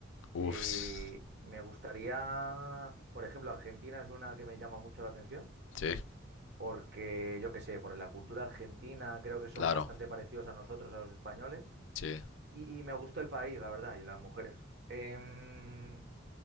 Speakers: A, on the left; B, on the right.
A: Uf,
B: Eh, me gustaría, por ejemplo, Argentina es una que me llama mucho la atención,
A: sí,
B: porque yo qué sé, por la cultura argentina creo que son
A: claro,
B: bastante parecidos a nosotros, a los españoles,
A: sí,
B: y me gusta el país, la verdad, y las mujeres. Em,